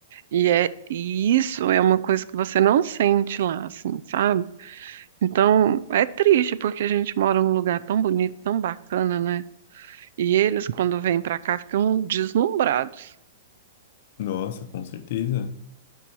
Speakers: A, on the right; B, on the left.
A: e é e isso é uma coisa que você não sente lá, assim, sabe? Então, é triste porque a gente mora num lugar tão bonito, tão bacana, né? E eles, quando vêm pra cá, ficam deslumbrados.
B: Nossa, com certeza.